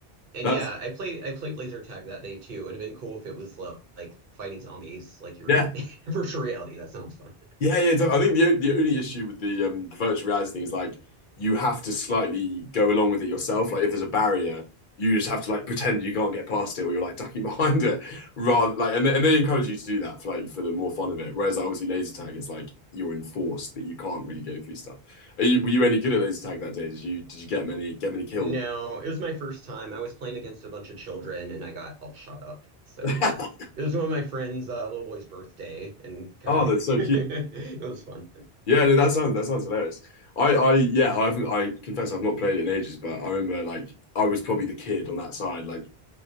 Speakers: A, on the right; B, on the left.
A: and
B: That's
A: yeah, I played I played laser tag that day too. It would have been cool if it was like, like fighting zombies, like your
B: yeah.
A: <laughs> virtual reality. That sounds fun.
B: Yeah, yeah. def- I think the o- the only issue with the um the virtual reality thing is like you have to slightly go along with it yourself. Like if there's a barrier, you just have to like pretend you can't get past it, or you're like ducking <laughs> behind it, rather like and they, and they encourage you to do that for like for the more fun of it. Whereas like obviously laser tag is like you're enforced that you can't really go through stuff. Are you, were you any good at laser tag that day? Did you did you get many get many kills?
A: No, it was my first time. I was playing against a bunch of children and I got all shot up. So
B: <laughs>
A: yeah. It was one of my friend's uh, little boy's birthday and kind
B: Oh,
A: of
B: that's so
A: <laughs>
B: cute.
A: it was fun.
B: Yeah, no, that sounds that sounds hilarious. I, I, yeah, I haven't. I confess, I've not played it in ages, but I remember like I was probably the kid on that side, like